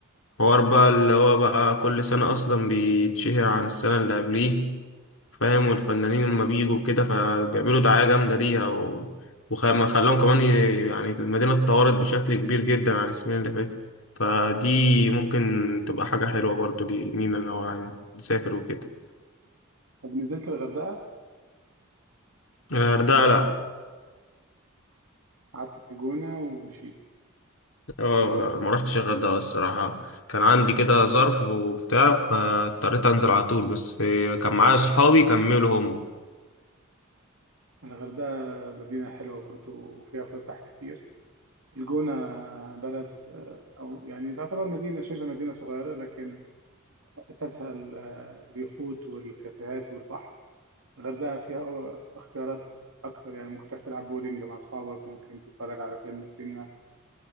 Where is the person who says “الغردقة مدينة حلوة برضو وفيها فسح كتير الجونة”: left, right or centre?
Right